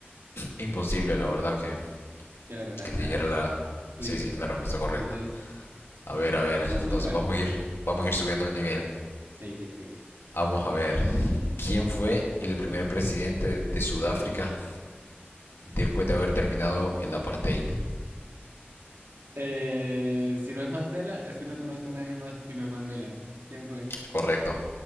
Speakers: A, on the left (about 80°); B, on the right (about 70°).
A: imposible, la verdad, que,
B: que lo relacionaras,
A: que te dijera la...
B: listo.
A: Sí, sí, la respuesta
B: Entonces,
A: correcta. A ver, a ver,
B: uno a uno
A: entonces
B: igual,
A: vamos a ir, vamos a ir subiendo el nivel.
B: sí, sí, sí.
A: Vamos a ver, ¿quién fue el primer presidente de Sudáfrica después de haber terminado el apartheid?
B: Eh, si no es Mandela, es que no conozco a nadie más si no es Mandela. ¿Quién fue?
A: Correcto,